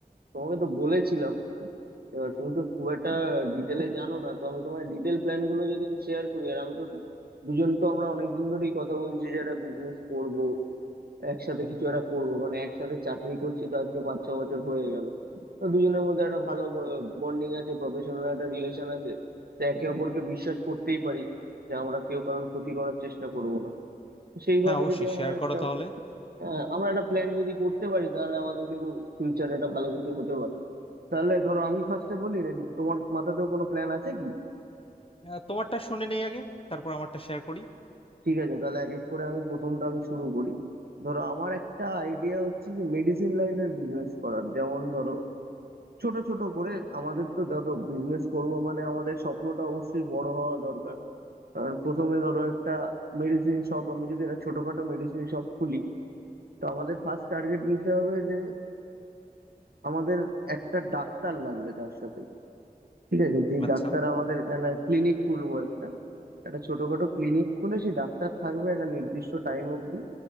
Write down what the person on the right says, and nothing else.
তোমাকে তো বলেছিলাম এবার তুমি তো খুব একটা ডিটেলে জানো না তো আমি তোমার ডিটেল প্ল্যান গুলো যদি শেয়ার করি আর আমি তো দুজন তো আমরা অনেকদিন ধরেই কথা বলছি যে একটা বিজনেস করবো একসাথে কিছু একটা করবো কারণ একসাথে চাকরি করছি তো আজকে পাঁচ ছ বছর হয়ে গেল তো দুজনের মধ্যে একটা ভালো বন্ডিং আছে প্রফেশনাল একটা রিলেশন আছে তো একে অপরকে বিশ্বাস করতেই পারি যে আমরা কেউ কারোর ক্ষতি করার চেষ্টা করব না তো সেইভাবে
যদি আমরা
একটা
আহ, আমরা একটা প্ল্যান যদি করতে পারি তাহলে আমাদের কিন্তু ফিউচারে একটা ভালো কিছু হতে পারে তাহলে ধরো আমি ফার্স্টে বলি নাকি তোমার মাথাতেও কোনো প্ল্যান আছে কি
ঠিক আছে তাহলে এক এক করে আমি প্রথমটা আমি শুরু করি ধরো আমার একটা আইডিয়া হচ্ছে যে মেডিসিন লাইনের বিজনেস করার যেমন ধরো ছোট ছোট করে আমাদের তো ধরো বিজনেস করব মানে আমাদের স্বপ্নটা অবশ্যই বড় হওয়া দরকার কারণ প্রথমে ধরো একটা মেডিসিন শপ আমি যদি একটা ছোটখাটো মেডিসিন শপ খুলি তো আমাদের ফার্স্ট টার্গেট নিতে হবে যে আমাদের একটা ডাক্তার লাগবে তার সাথে ঠিক আছে যে
ডাক্তার আমাদের ক্লিনিক খুলবো একটা একটা ছোটখাটো ক্লিনিক খুলে সেই ডাক্তার থাকবে একটা নির্দিষ্ট টাইম অবধি